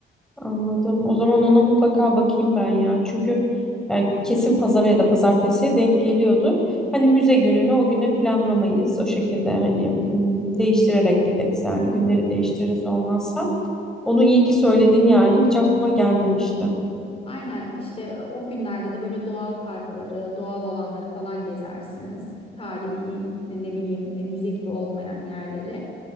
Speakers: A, in the centre; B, on the left (about 30°).
A: anladım. O zaman ona mutlaka bakayım ben ya. Çünkü yani kesin pazara ya da pazartesiye denk geliyordur. Hani müze gününü o güne planlamayız. O şekilde hani m, değiştirerek gideriz. Yani
B: Aynen.
A: günleri değiştiririz olmazsa. Onu iyi ki söyledin yani. Hiç aklıma gelmemişti.
B: Aynen işte e, o günlerde de böyle doğal parkları, doğal alanları falan gezersiniz. Tarihi ne bileyim e, müze gibi olmayan yerleri.